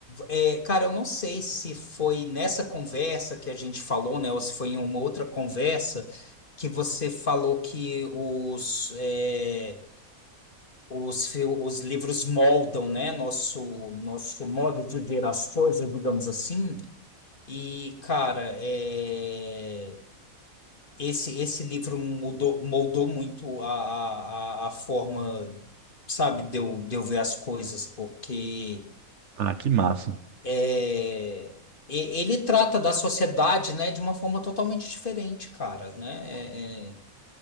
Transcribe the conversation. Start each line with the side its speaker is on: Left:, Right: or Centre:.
Left: É, cara, eu não sei se foi nessa conversa que a gente falou, né? Ou se foi em uma outra conversa que você falou que os. é, Os, fil- os livros moldam, né, nosso, nosso modo de ver as coisas, digamos assim. E, cara, é, esse, esse livro mudou, moldou muito a, a, a a forma, sabe, de eu, de eu ver as coisas, porque
Right: Ah, que massa.
Left: é, e- ele trata da sociedade, né, de uma forma totalmente diferente, cara, né? É, é,